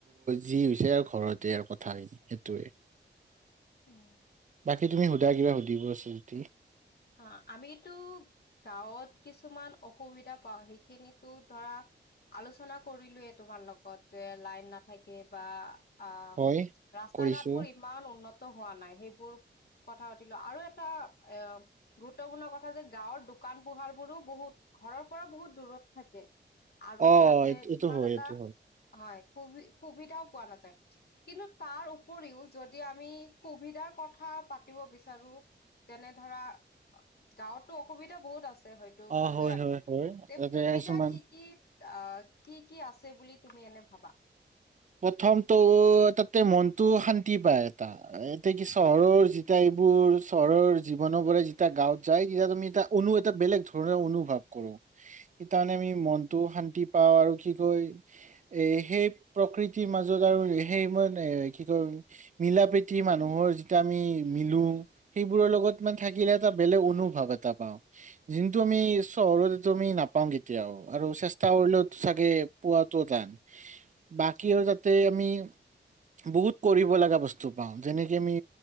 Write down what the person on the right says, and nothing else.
যি হৈছে ঘৰতে আৰু কথা সেইটোৱে।
বাকী তুমি সোধা কিবা সুধিব আছে যদি?
হয়
কৰিছো
অ
এইটো এইটো
হয়
এইটো
অ
হয়
হয় হয় তাতে
কিছুমান
প্ৰথমটো তাতে মনটো শান্তি পায় এটা- এতিয়া কি চহৰৰ যেতিয়া এইবোৰ চহৰৰ জীৱনৰ পৰা যেতিয়া গাঁৱত- যাই যেতিয়া তুমি এটা অনু এটা বেলেগ ধৰণৰ অনুভৱ কৰোঁ। সেইকাৰণে আমি মনটো শান্তি পাওঁ আৰু কি কয় এ সেই- প্ৰকৃতিৰ মাজত আৰু সেই মানে কি কয়- মিলা প্ৰীতি মানুহৰ যেতিয়া আমি মিলো- সেইবোৰৰ লগত মানে থাকিলে এটা বেলেগ অনুভৱ এটা পাওঁ। যোনটো আমি চহৰত আমি নাপাম কেতিয়াও আৰু চেষ্টা কৰিলেও চাগে পোৱাটো টান। বাকী আৰু তাতে আমি- বহুত কৰিব লগা বস্তু পাওঁ যেনেকে আমি